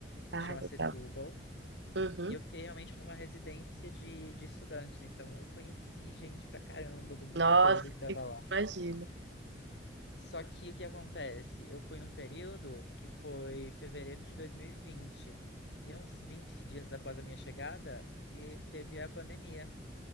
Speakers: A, on the left; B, on the right.
A: se
B: Ah,
A: chama
B: legal.
A: Setúbal,
B: Uhum.
A: e eu fiquei realmente numa residência de, de estudantes, então eu conheci gente pra caramba do mundo
B: Nossa,
A: todo que tava
B: que
A: lá.
B: imagina.
A: Só que o que acontece? Eu fui num período que foi fevereiro de 2020. E vinte. E é uns 20 dias após a minha chegada, e teve a pandemia.